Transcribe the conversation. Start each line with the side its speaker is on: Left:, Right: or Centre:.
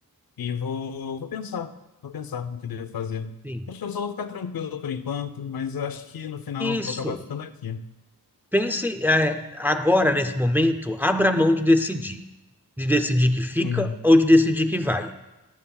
Left: E vou, vou pensar. Vou pensar no que devo fazer.
Centre: Sim.
Left: Acho que eu só vou ficar tranquilo por enquanto, mas eu acho que no final eu
Centre: Isso.
Left: vou acabar ficando aqui.
Centre: Pense, é, agora, nesse momento, abra mão de decidir. De decidir que fica
Left: Uhum.
Centre: ou de decidir que vai.